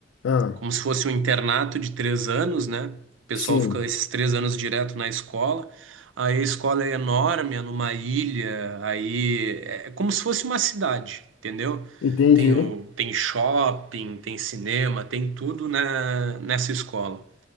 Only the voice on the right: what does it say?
como se fosse um internato de três anos, né? O pessoal
fica esses três anos direto na escola. Aí a escola é enorme, é numa ilha, aí é é como se fosse uma cidade, entendeu?
Tem, o, tem shopping, tem cinema, tem tudo na, nessa escola.